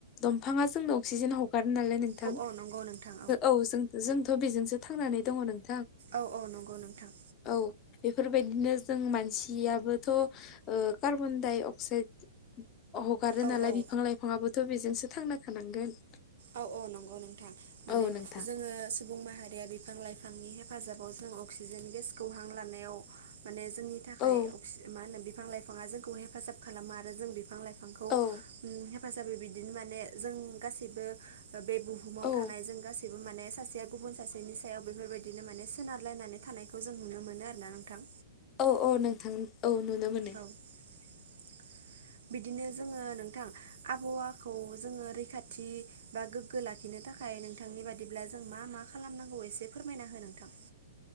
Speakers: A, on the left (about 30°); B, on the right (about 60°).
A: दंफाङा जोंनो अक्सिजेन हगार नालाय नोंथां
B: औ औ नंगौ नोंथां
A: औ जों जोंथ' बेजोंसो थांनानै दङ नोंथां
B: औ औ नंगौ नोंथां
A: औ बेफोरबायदिनो जों मानसियाबोथ' कार्बनडाइ अक्साइड हगारो
B: औ
A: नालाय
B: औ
A: बिफां लाइफाङाबोथ' बेजोंसो थांना थानांगोन
B: औ औ नंगौ नोंथां माने
A: औ नोंथां
B: जोङो सुबुं माहारिया बिफां लाइफांनि हेफाजाबाव जों अक्सिजेन गेसखौहां लानायाव माने जोंनि थाखाय
A: औ
B: अक्सि मा होनो बिफां लाइफाङा जोंखौ हेफाजाब खालामो आरो जों बिफां लाइफां बिफांखौ
A: औ
B: हेफाजाब होयो बिदिनो माने जों गासैबो बे बुहुमाव
A: औ
B: थानाय जों गासै गासै बो माने सासेया गुबुन सासेनि सायाव बेफोर बायदिनो माने सोनारलायनानै थानायखौ जों नुनो मोनो आरो ना नोंथां
A: औ औ नोंथां औ नुनो मोनो
B: औ <inaudible> बिदिनो जोङो नोंथां आबहावाखौ जोङो रैखाथि बा गोग्गो लाखिनो नो थाखाय नोंथांनि बादिब्ला जों मा मा खालामनांगौ एसे फोरमायना हो नोंथां।